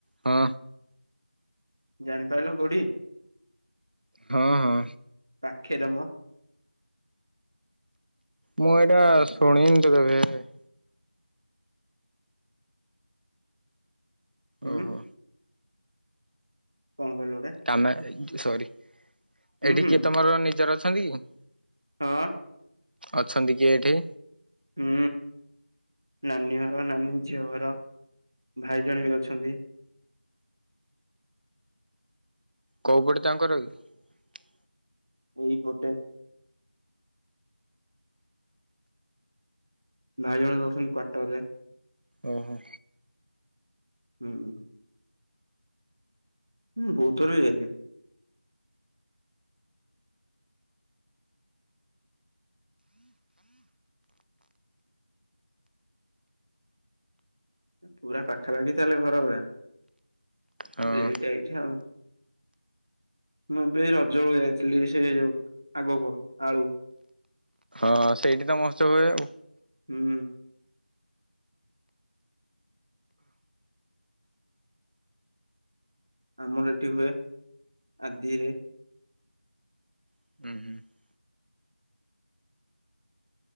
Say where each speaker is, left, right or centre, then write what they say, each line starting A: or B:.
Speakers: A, on the right; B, on the right.
A: ହଁ।
B: ଜାଣିପାରିଲ କଉଠି?
A: ହଁ ହଁ।
B: ପାଖେରେ ମ।
A: ମୁଁ ଏଇଟା
B: ହୁଁ
A: ଶୁଣି। ବେ। <unintelligible>
B: ହୁଁ।
A: ଓହୋ
B: କଣ କହିଲ ଗୋଟେ
A: ତମେ। ସରି।
B: ହୁଁ
A: ଏଠିକି
B: ହୁଁ
A: ତମର ନିଜର। ହଲି <unintelligible>
B: ହଁ।
A: ଅଛନ୍ତି କିଏ ଏଇଠି।
B: ହୁଁ ନାନୀ ଘର ନାନୀ ଝିଅ ଘର ଭାଇ ଜଣେ ବି ଅଛନ୍ତି।
A: କୋଉ ପଟେ ତାଙ୍କ ଘରକି।
B: ଏଇପଟେ। ଭାଇ ଜଣେ ରହୁଛନ୍ତି କୱଟର ରେ।
A: ଓ ହୋ।
B: ହୁଁ ହୁଁ। ହୁଁ ବହୁତ ଥର ଯାଇଥିଲି। ପୁରା ପାଖାପାଖି ତାହଲେ ଘର ଗୁରା
A: ହଁ
B: ଏଇଟା ଏଠି ଆଉ। ମୁଁ ଏବେ ରଜକୁ ଯାଇଥିଲି ସେଇ ଯୋଉ ଆଗକୁ ଆଳୁ
A: ହ ସେଇଠି ତ ମସ୍ତ ହୁଏ।
B: ହୁଁ। ଆମର ଏଠି ହୁଏ ଆଦିରେ।
A: ଆଉ ହୁଁ